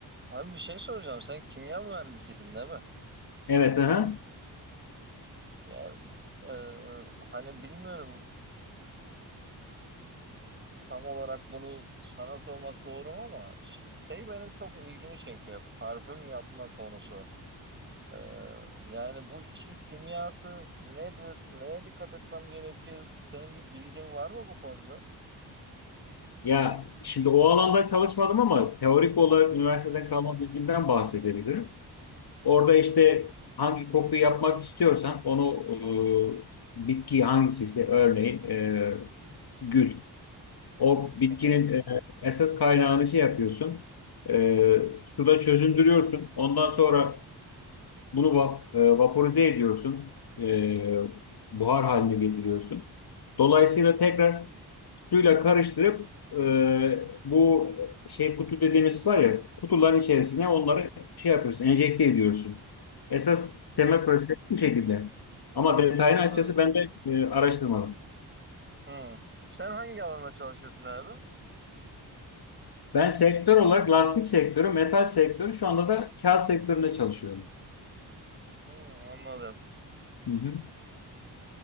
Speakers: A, on the right; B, on the left.
A: Abi bir şey soracağım. Sen kimya mühendisiydin değil mi?
B: Evet, aha.
A: Ya e, hani bilmiyorum tam olarak bunu sana sormak doğru mu ama şey benim çok ilgimi çekiyor. Parfüm yapma konusu. E, yani bu işin kimyası nedir? Neye dikkat etmem gerekir? Senin bir bilgin var mı bu konuda?
B: Ya şimdi o alanda çalışmadım ama teorik olarak üniversiteden
A: Hı hı.
B: kalan bilgimden bahsedebilirim. Orada işte hangi koku yapmak istiyorsan onu e, bitki hangisiyse örneğin e, gül. O bitkinin
A: Hı hı.
B: e, esas kaynağını şey yapıyorsun. E, suda çözündürüyorsun. Ondan sonra Bunu va- e, vaporize ediyorsun, e, buhar haline getiriyorsun. Dolayısıyla
A: Hı
B: tekrar suyla karıştırıp e, bu şey kutu dediğimiz var ya kutuların içerisine onları şey yapıyorsun, enjekte ediyorsun. Esas temel proses bu şekilde. Ama detayını
A: Anladım.
B: açıkçası ben de e, araştırmadım.
A: Hı. Sen hangi alanda çalışıyorsun abi?
B: Ben sektör olarak lastik sektörü, metal sektörü şu anda da kağıt sektöründe çalışıyorum.
A: Hı, anladım.
B: Hı hı.